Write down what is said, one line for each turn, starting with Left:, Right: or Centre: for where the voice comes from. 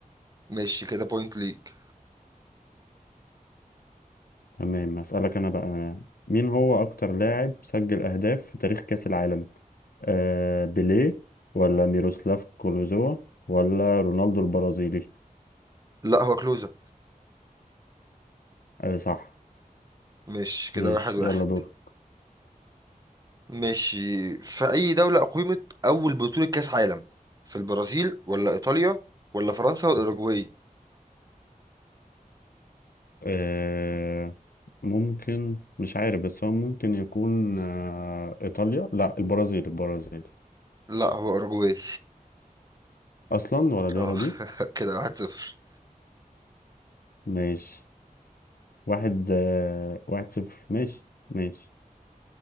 Right: ماشي كده بوينت ليك
Left: تمام أسألك أنا بقى مين هو أكتر لاعب سجل أهداف في تاريخ كأس العالم آه بيليه ولا ميروسلاف كلوزوا ولا رونالدو البرازيلي
Right: لا هو كلوزة
Left: آه صح
Right: مش كده
Left: ماشي
Right: واحد واحد
Left: يلا دور
Right: ماشي في اي دوله اقيمت اول بطوله كاس عالم في البرازيل ولا ايطاليا ولا فرنسا ولا اوروجواي
Left: آه ممكن مش عارف بس هو ممكن يكون آه إيطاليا لا البرازيل البرازيل
Right: لا هو اوروجواي
Left: أصلا ولا دي
Right: اه
Left: ولا دي
Right: <laughs> كده واحد صفر
Left: ماشي واحد آه، واحد صفر ماشي ماشي